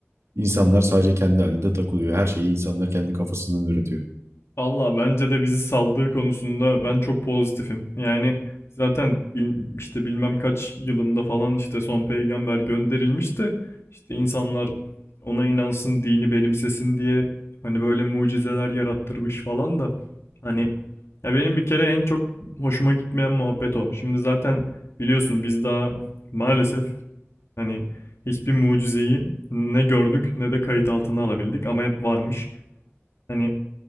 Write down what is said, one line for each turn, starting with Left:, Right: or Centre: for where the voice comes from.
Right: İnsanlar sadece kendi halinde takılıyor. Her şeyi insanlar kendi kafasından üretiyor.
Left: Valla bence de bizi saldığı konusunda ben çok pozitifim. Yani zaten bil- işte bilmem kaç yılında falan işte son peygamber gönderilmişti. İşte insanlar ona inansın, dini benimsesin diye hani böyle mucizeler yarattırmış falan da. Hani ya benim bir kere en çok hoşuma gitmeyen muhabbet o. Şimdi zaten biliyorsun biz daha maalesef hani hiçbir mucizeyi ne gördük ne de kayıt altına alabildik ama hep varmış. Hani